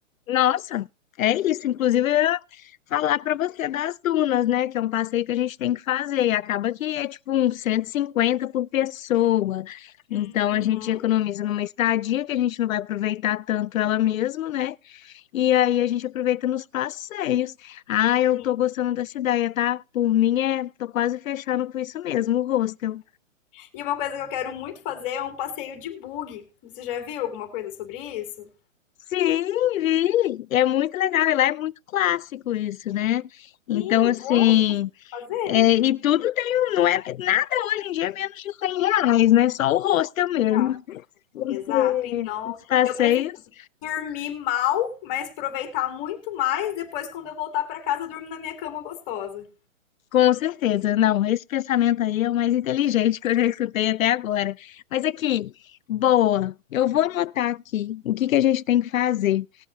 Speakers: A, on the left (about 85°); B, on the left (about 20°).
A: Nossa, é isso. Inclusive, eu ia falar para você das dunas, né? Que é um passeio que a gente tem que fazer. E acaba que é tipo uns 150 por pessoa. Então,
B: Uhum.
A: a gente economiza numa estadia que a gente não vai aproveitar tanto ela mesmo, né? E aí a gente aproveita nos passeios. Ah, eu
B: Sim.
A: tô gostando da ideia, tá? Por mim, é. Tô quase fechando com isso mesmo, o hostel.
B: E uma coisa que eu quero muito fazer é um passeio de bug. Você já viu alguma coisa sobre isso?
A: Sim, vi. É muito legal. E lá é muito clássico isso, né? Então,
B: Sim,
A: assim.
B: poxa, tem que fazer.
A: É, e tudo tem, um- não é nada hoje em dia é menos de 100 reais, né? Só o hostel mesmo.
B: Ah,
A: Porque
B: exato. Então,
A: os passeios,
B: eu prefiro dormir mal, mas aproveitar muito mais depois quando eu voltar para casa, eu durmo na minha cama gostosa.
A: com certeza. Não, esse pensamento aí é o mais inteligente que eu já escutei até agora. Mas aqui, boa, eu vou anotar aqui o que que a gente tem que fazer.